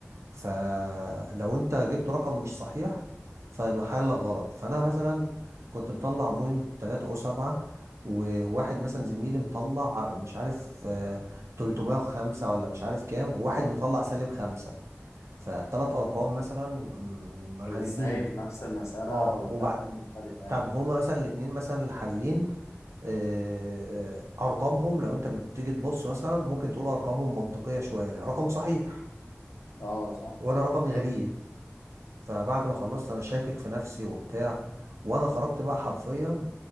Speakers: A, on the right; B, on the left.
A: فلو انت جبت رقم مش صحيح فيبقى حالك غلط فانا مثلا كنت مطلع بوينت 3 او 7 وواحد مثلا زميلي مطلع مش عارف آه، 305 ولا مش عارف كام وواحد مطلع سالب خمسة فتلات ارقام مثلا مم، غريبين
B: طب ازاي في نفس المسألة
A: اه
B: والثلاث
A: وبعد
B: نقط مختلفة يعني
A: طب هما مثلا الاتنين مثلا اللي حالين آه، آه، ارقامهم لو انت بتيجي تبص مثلا ممكن تقول ارقامهم منطقية شوية رقم صحيح
B: اه صح
A: وانا رقمي غريب فبعد ما خلصت انا شاكك في نفسي وبتاع وانا خرجت بقى حرفيا